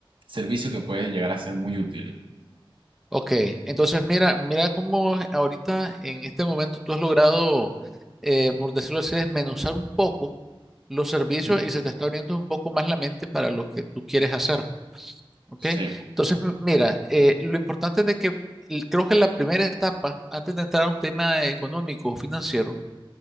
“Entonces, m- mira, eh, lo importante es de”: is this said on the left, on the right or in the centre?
Centre